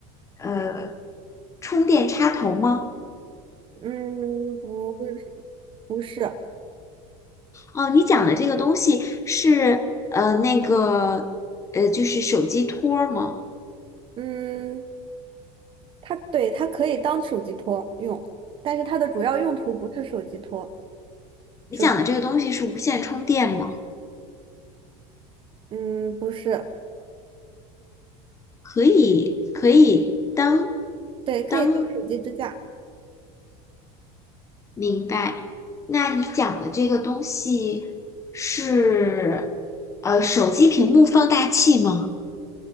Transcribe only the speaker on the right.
嗯，不是，不是，
嗯，它对，它可以当手机托用，但是它的主要用途不是手机托，
手，嗯，不是，
对，可以当手机支架